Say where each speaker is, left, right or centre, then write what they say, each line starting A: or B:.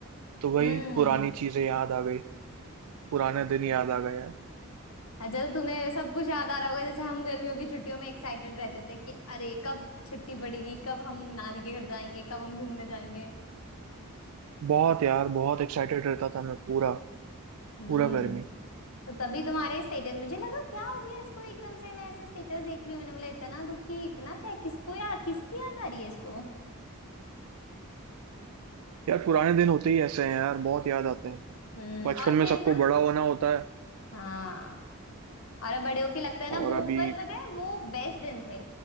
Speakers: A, on the right (about 75°); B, on the left (about 70°).
A: तो वही
B: हम्म
A: पुरानी चीजें याद आ गई पुराने दिन याद आ गए यार
B: अच्छा तो तुम्हें सब कुछ याद आ रहा होगा जैसे हम गर्मियों की छुट्टियों में एक्साइटेड रहते थे कि अरे कब छुट्टी पड़ेगी कब हम नानी के घर जाएंगे कब हम घूमने जाएंगे
A: बहुत यार बहुत एक्साइटेड रहता था मैं पूरा
B: हम्म
A: पूरा गर्मी
B: तो तभी तुम्हारे स्टेटस मुझे लगा क्या हो गया इसको एकदम से मैं ऐसे स्टेटस देख रही हूँ मैंने बोला इतना दुखी इतना क्या किसको या किसकी याद आ रही है इसको
A: यार पुराने दिन होते ही ऐसे हैं यार बहुत याद आते हैं
B: हम्म
A: बचपन
B: और
A: में
B: फिर
A: सबको
B: ना
A: बड़ा होना होता है
B: हाँ और बड़े होके लगता है ना
A: और
B: वो
A: अभी
B: पर पता है वो बेस्ट दिन थे